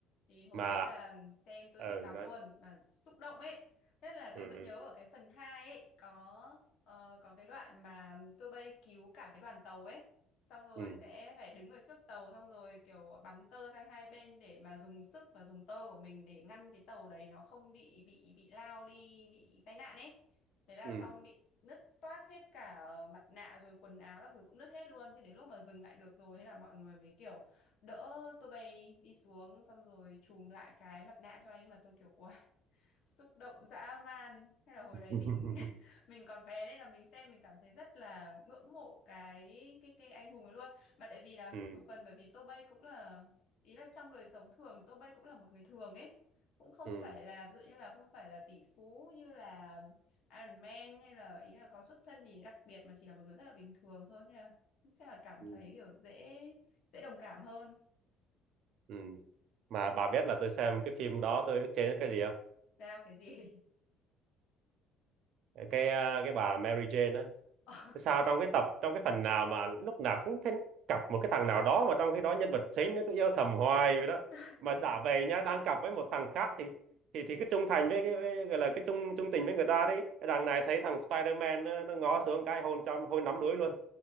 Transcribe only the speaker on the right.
mà
ừ,
nói,
ừ,
ừ,
ừ,
ừ.
<laughs>
ừ,
ừ,
ừ,
ừ. mà bà biết là tôi xem cái phim đó tôi ức chế nhất cái gì không
cái à, cái bà Mary Jane á
sao trong cái tập trong cái phần nào mà lúc nào cũng thấy cặp một cái thằng nào đó mà trong cái đó nhân vật chính nó cứ yêu thầm hoài vậy đó
mà đã về nhá đang cặp với một thằng khác thì thì thì cái trung thành với, cái với gọi là cái trung trung tình với người ta đi cái đằng này thấy thằng Spider-Man nó, nó ngó xuống cái hôn trong hôn nắm đuối luôn